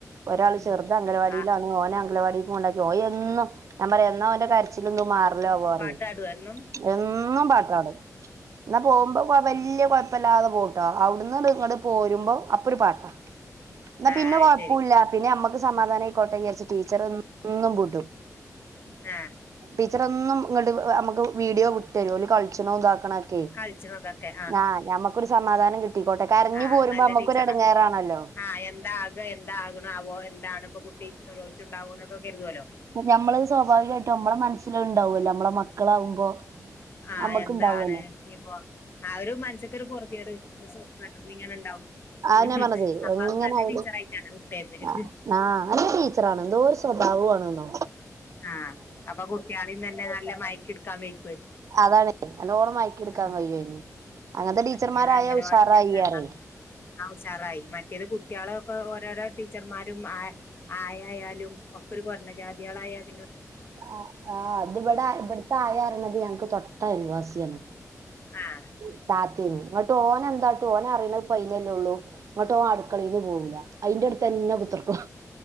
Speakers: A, on the right; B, on the left.
A: ഒരാൾ
B: ഉം
A: ചെറത് അംഗവാടിയില-
B: ആ
A: ഓനെ അംഗലവാടി കോണ്ടാക്കി, ഓനെന്നും ഞാൻ പറയാ എന്നോന്റെ കാര- ചിലൊന്നു മാറില്ല വോപറയും.
B: പാട്ടാടുവോ എന്നും
A: എന്നും പാട്ടാണ് എന്നാ പോകുമ്പോ- വല്യ കുഴപ്പമില്ലാതെ പോട്ടോ, അവിടുന്ന് ഇങ്ങട് പോരുമ്പോ അപ്പോ ഒരു പാട്ടാ. എന്നാ
B: ആ
A: പിന്നെ
B: അത്
A: കൊഴപ്പുല്ല
B: ശരി
A: പിന്നെ- അമ്മക്ക് സമാധാന ആയിക്കോട്ട വിചാരിച്ച് ടീച്ചർ ഒന്നും വിട്ടും.
B: ആഹ...
A: ടീച്ചർ ഒന്നും ഇങ്ങോട്ട് നമുക്ക് വീഡിയോ വിട്ടരുമക്ക്‌ ഒര് കളിച്ചനോ ഇതാക്കണ. ക്ക്
B: കളിച്ചണതൊക്കെ
A: ആഹാ നമക്കൊരു സമാധാനം കിട്ടിക്കോട്ടെ- കരഞ്ഞു
B: ആഹ
A: പോരുമ്പോ
B: നല്ല
A: നമ്മക്കൊരു
B: ടീച്ചറാ.
A: എടങ്ങേറാണല്ലോ
B: ആഹ് എന്താ ആക, എന്താ ആകുണാവോ, ആ എന്താണ് ഇപ്പോ? കുട്ടികഴിച്ചുണ്ടാവോ? എന്നൊക്കെ കരുതല്ലോ.
A: നമ്മള് സ്വാഭാവികമായിട്ടും നമ്മള മനസ്സില് ഇണ്ടാവല്ലോ നമ്മളടെ മക്കളാവുമ്പോ-
B: ആഹ
A: നമ്മക്ക്
B: എന്താണ്
A: ഇണ്ടാവല്ലോ
B: ഇപ്പോ? ആഹാ ഒരു മനസ്സക്കൊരു പൊറതിട് <unintelligible> ഇങ്ങനെ ഉണ്ടാവും.
A: ആനെ
B: ഉം.
A: പറഞ്ഞത്
B: അപ്പൊ
A: എങ്ങനെത്
B: അത് നല്ല ടീച്ചറായിട്ടാണ് വിട്ടേരുന്നത്
A: ആഹാ നല്ല ടീച്ചറാണ് എന്തോ ഒരു സ്വഭാവം- ആവുണെന്നോ.
B: ആഹ അപ്പോ കുട്ടികളീന്ന് തന്നെ നല്ല മയക്കെടുക്കാൻ വേക്കും.
A: അതാണ് നല്ലോണ്ണം മയക്കെ- ടുക്കാൻ
B: ഉം.
A: കഴിയോ, അങ്ങനത്തെ ടീച്ചർമാരായ
B: മറ്റേത് അംഗലവാടിയിലൊക്കെ
A: ഉഷാറായിയാറയ്.
B: പറഞ്ഞാ ആ ഹാ ഉസറായി മറ്റേത്, കുട്ടികളൊക്കെ ഓരോരോ ടീച്ചർമാരും ആ - ആയായാലും ഒക്കൊ ഒരു കൊറഞ്ഞ ജാതികളായാലു-
A: ആഹാ ആഹാ അത് ഇവിടെ, ഇവിടുത്തെ ആയ പറയാണ്തു- ഞങ്ങക്ക് തൊട്ടയൽവാസിയാണ്.
B: ആഹ..
A: <unintelligible> എന്താട്ട് ഓന അറിയണ പയില്ലല്ലേ ഉള്ളൂ. എന്നട്ട് ഓന് അടുക്കളൽന്ന് പോവൂല്ല അയിന്റെ അടുത്ത്ന്നെ കുത്തിർക്കും.